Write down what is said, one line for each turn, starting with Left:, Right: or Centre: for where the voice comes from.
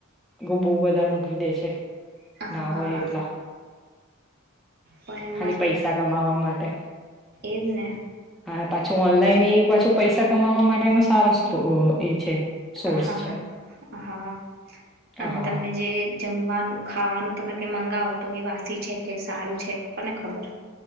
Centre: બહુ બધા દે છે ના
Right: હા
Centre: હોય એટલા
Right: પણ
Centre: ખાલી પૈસા કમાવા માટે
Right: એદ ને
Centre: હા પાછું ઓનલાઈન એ પાછું પૈસા કમાવા માટેનો સારો સ્ત્રોત એ છે સોર્સ
Right: હા હા
Centre: છે
Right: હા હા અને
Centre: હા
Right: તમને જે જમવાનું ખાવાનું તમે કઈ મંગાવો તો એ વાસી છે કે સારું છે કોને ખબર